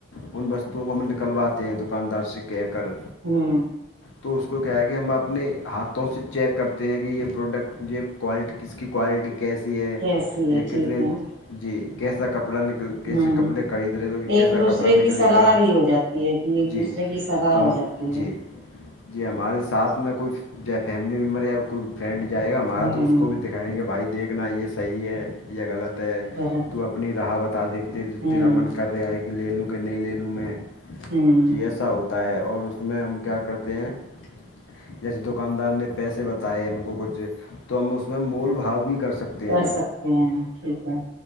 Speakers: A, on the left; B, on the right.
A: ان وستوؤں کو ہم نکلواتے ہیں دکاندار سے کہہ کر
B: ہوں
A: تو اس کو کیا ہے کہ ہم اپنے ہاتھوں سے چیک کرتے ہیں کہ یہ پروڈکٹ یہ کوال کس کی کوالٹی کیسی ہے
B: کیسی
A: یا
B: ہے ٹھیک
A: کتنے
B: ہے
A: جی کیسا کپڑا نکل کیسے
B: ہوں
A: کپڑے خرید رہے ہیں تو کہ
B: ایک
A: کیسا
B: دوسرے
A: کپڑا نکلے
B: کی صلاح
A: گا
B: بھی ہو جاتی ہے کہ ایک
A: جی
B: دوسرے کی سلاح
A: تو
B: ہو
A: ہم
B: جاتی
A: جی
B: ہے
A: جی ہمارے ساتھ میں کچھ چاہے فیملی ممبر یا کوئی فرینڈ جائے گا ہمارا
B: ہوں
A: تو اس کو بھی دکھائیں گے بھائی دیکھنا یہ صحیح ہے یا غلط ہے
B: غلط
A: تو
B: ہے،
A: اپنی راہ بتا دیکتے
B: ہوں
A: تیرا من کر رہا ہے ایک کہ لے لوں کہ نہیں لے لوں میں
B: ہوں
A: جی ایسا ہوتا ہے اور اس میں ہم کیا کرتے ہیں جیسے دکاندار نے پیسے بتائے ہم کجے تو ہم اس میں مول بھاؤ بھی کر سکتے
B: کر
A: ہیں
B: سکتے ہیں ٹھیک ہے